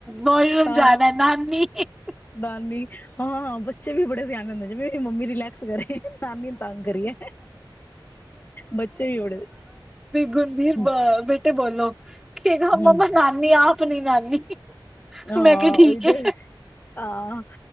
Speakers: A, in the centre; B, on the left.
A: ਵਾਸ਼ਰੂਮ
B: ਹਾਂ
A: ਜਾਣਾ, ਨਾਨੀ ਇੱਕ।
B: ਨਾਨੀ, ਹਾਂ ਬੱਚੇ ਵੀ ਬੜੇ ਸਿਆਣੇ ਹੁੰਦੇ, ਜਿਵੇਂ ਮੰਮੀ ਰਿਲੈਕਸ ਕਰੇ, ਨਾਨੀ ਨੂੰ ਤੰਗ ਕਰੀਏ, ਬੱਚੇ ਵੀ ਬੜੇ
A: ਗੁਰਲੀਨ
B: ਹਮ
A: ਬੇਟੇ ਬੋਲੋ। ਕਹਿੰਦਾ
B: ਹਮ
A: ਮੰਮੀ ਨਾਨੀ ਆਪ ਓਹ ਨਈ ਨਾਨੀ
B: ਹਾਂ
A: ਮੈਂ ਕਿਹਾ ਠੀਕ
B: ਉਹਦੇ
A: ਹੈ।
B: ਹਾਂ